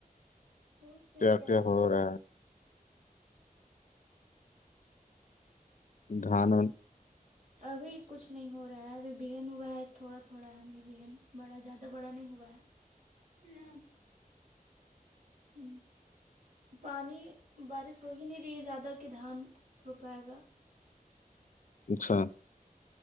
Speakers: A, on the right; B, on the left.
A: پوچھ نہیں
B: کیا کیا
A: چل
B: ہو رہا ہے ہے دھان
A: ابھی کچھ نہیں ہو رہا رہا ہےبہن ہوا ہے تھوڑا تھوڑا ہےبن بڑا زیادہ بڑا نہیں ہوا ہے ہاں ہ پانی بارش تو ہی نہیں رہی ہے زیادہ کہ دھان روپائے گا
B: اچھا